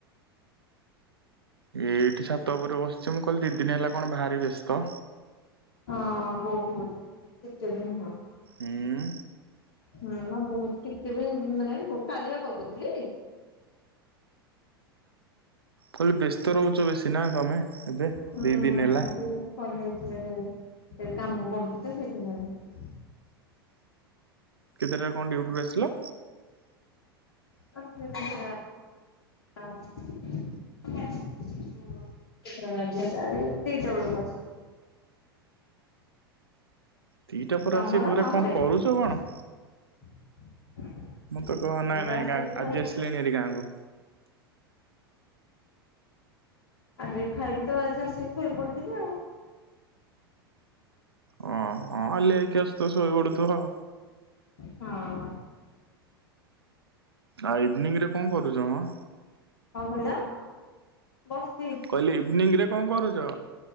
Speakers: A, on the right; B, on the left.
A: ଏଇଠି ଛାତପୁରରେ ବସିଛି ମୁଁ କହିଲି ଦି ଦିନ ହେଲା କଣ ବାହାରି ବ୍ୟସ୍ତ।
B: ହଁ ବୋହୁ ସେତେବେଳେ ହଁ।
A: ହୁଁ।
B: ହୁଁ ମା ବୋହୁତ ଟିକେ ବି ମୁଁ ମାନେ ବୋ କାଲିବା କଲ୍ କରିଥିଲି।
A: କହିଲି ବ୍ୟସ୍ତ ରହୁଚ ବେଶୀ ନା ତମେ ଏବେ
B: ହୁଁ
A: ଦି ଦିନ ହେଲା।
B: କଲେଜରେ ସେ କାମ ପଡୁଚି ତ ସେଇଥିପାଇଁ।
A: କେତିଟାରେ କଣ ଡିଉଟୁରୁ ଆସିଲ?
B: ଆ ତିନିଟା ଆଉ <unintelligible> କେତିଟା ବେଳୁ ଆଇଚି ଆଜି, ଆଜି ଦିଇଟା ବେଳୁକୁ ଆସି
A: ଦିଇଟା ପରେ
B: ତମର
A: ଆସିକି ଘରେ
B: ମାମୁଁ
A: କଣ
B: ରେ
A: କରୁଚ କଣ?
B: <inaudible>
A: ମୁଁ ତ ଗ
B: ଦିଟା
A: ନାଇଁ ନାଇଁ
B: ଆସିକି
A: ଗାଁ
B: ଖାଇକି
A: ଆଜି ଆସିଲିଣିଭାରି ଗାଁକୁ।
B: ଆସିକି ଖାଇକି ତ ଆଜି ଆସିକି ଶୋଇ ପଡିଥିଲି ଆଉ।
A: ଅଁ। ହଁ ଲେଇକି ଆସୁଥୁବ ଶୋଇ ପଡୁଥୁବ।
B: ହଁ।
A: ଆ ଇଭିନିଂରେ କଣ କରୁଚମ?
B: କଣ କହିଲ ବସିଚି।
A: କହିଲି ଇଭିନିଂରେ କଣ କରୁଚ?